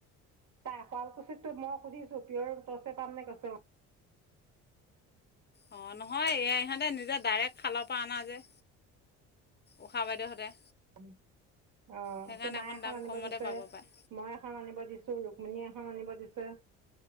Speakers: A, on the right (about 60°); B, on the left (about 30°).
A: তাই শুৱালকুছিতো মই সুধিছো পিয়ৰ তছে পাম নে কৈছে
B: অঁ নহয় ইহঁতে নিজে ডাইৰেক্ট খালৰ পৰা অনা যে উশাহ বাইদেউহঁতে
A: উম অ
B: সেইকাৰণে
A: তো মায়ে
B: অকণ
A: এখন
B: দাম
A: আনিব
B: কমতে
A: দিছে
B: পাব পায়
A: মই এখন আনিব দিছো ৰুক্মণী এখন হ নি বাজিছে